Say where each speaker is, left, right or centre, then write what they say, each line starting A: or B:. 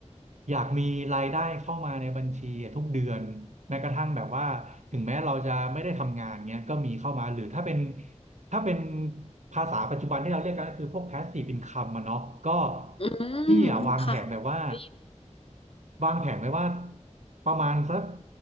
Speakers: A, on the right (about 75°); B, on the left (about 50°).
A: อยากมีรายได้เข้ามาในบัญชีอะทุกเดือนแม้กระทั่งแบบว่าถึงแม้เราจะไม่ได้ทำงานเงี้ยก็มีเข้ามาหรือถ้าเป็น ถ้าเป็นภาษาปัจจุบันที่เราเรียกกันก็คือพวก passive income อะเนาะก็
B: อืมค่ะ
A: พี่อะวางแผนแบบว่า
B: ได้ยิน
A: วางแผนไว้ว่าประมาณสัก